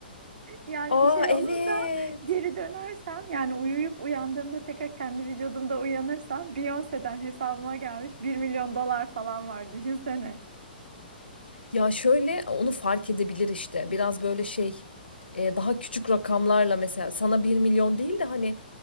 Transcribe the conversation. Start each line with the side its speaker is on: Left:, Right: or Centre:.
Right: Yani
Left: Aa
Right: bir şey
Left: evet.
Right: olur da geri dönersem yani uyuyup uyandığımda tekrar kendi vücudumda uyanırsam Beyoncé'den hesabıma gelmiş bir milyon dolar falan var düşünsene.
Left: Ya şöyle onu fark edebilir işte. Biraz böyle şey e, daha küçük rakamlarla mesela sana bir milyon değil de hani